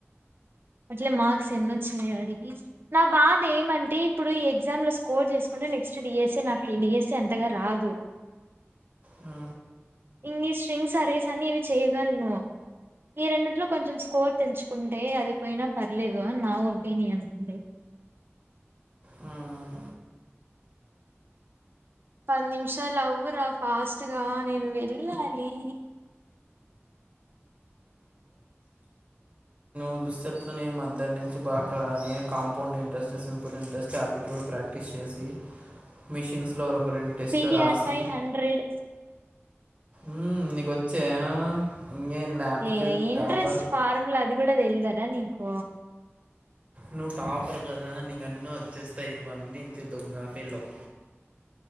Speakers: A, on the right (about 50°); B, on the right (about 30°).
A: అట్లే మార్క్స్ ఎన్న వచ్చినాయి అడిగి నా బాధ ఏమంటే ఇప్పుడు ఈ ఎగ్జామ్ లో స్కోర్ చేసుకుంటే నెక్స్ట్ డిఎస్స నాకు ఈ డిఎస్ఏ అంతగా రాద
B: అ
A: ఇంన్ని స్ట్రింగ్ ఆరేస్ అని ఇవి చేయ్యగలను ఈ రెండింటిలో కొంచెం స్కోర్ తెంచుకుంటే అది పోయినా పర్లేదుని నా ఒపీనియన్ అండి
B: మ్మ్.
A: పది నిమిషాలు అవ్వరా ఫాస్ట్గా నేను వెళ్ళాలి
B: ఉదు సట్లనే మద్దాన్ నుంచి బాగా నే కాంపౌండ్ ఇంట్రెస్సేసివ్ వే అప్పులు ఇంట్రెస్ట్ ఆప్పిట్యూడ్ ప్రాక్టీస్ చేసి మిషిన్స్లోరొక రెండు టెస్టులు
A: సిటిఆర్
B: రాసి
A: పై హండ్రెడ్
B: ఉమ్ నీకొచ్చా ఇంకేం ల్యాప్ట్యూడ్
A: ఏ ఇంట్రెస్ట్
B: టాపర్
A: ఫార్ములా అది కూడా తేల్దారా నీకు?
B: నువ్వు టాపర్ కదా నీకన్ను వచ్చేస్తా ఇరువన్నీ నంత దొంగ ఫేలవు